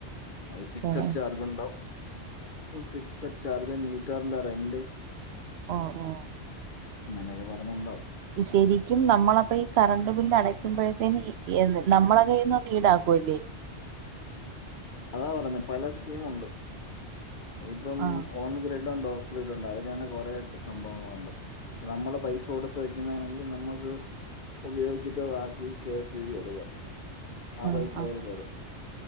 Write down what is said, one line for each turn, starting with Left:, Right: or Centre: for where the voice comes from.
Left: അത് ഫിക്സഡ്
Right: പിന്നെ
Left: ചാർജുണ്ടാവും. ഇപ്പൊ ഫിക്സഡ് ചാർജ് മീറ്ററിന്റെ റെന്റ്
Right: ഓഹ്, ഓഹ്
Left: ഇങ്ങനെയൊക്കെ ഇപ്പ അതിന് ഇണ്ടാവും
Right: ഈ ശരിക്കും നമ്മളപ്പ ഈ കറണ്ട് ബില്ല് അടയ്ക്കുമ്പഴത്തേന് <unintelligible> നമ്മള കയ്യിന്നത് ഈടാക്കുവല്ലെ
Left: അതാ പറഞ്ഞെ പല സ്കീമുണ്ട്. ഇപ്പം
Right: ആഹ്
Left: ഓൺ ഗ്രിഡ് ഉണ്ട് ഓഫ് ഗ്രിഡ് ഉണ്ട്. അതില് തന്നെ കുറെ സംഭവങ്ങളുണ്ട്. നമ്മള് പൈസ കൊടുത്ത് വെക്കുന്നതാണെങ്കിൽ നമ്മക്ക് ഉപയോഗിച്ചിട്ട് ബാക്കി കെ എസ് ഇ ബി ക്ക് കൊടുക്കാം. ആ
Right: ആഹ്
Left: പൈസ
Right: ആഹ്
Left: അവര് തരും.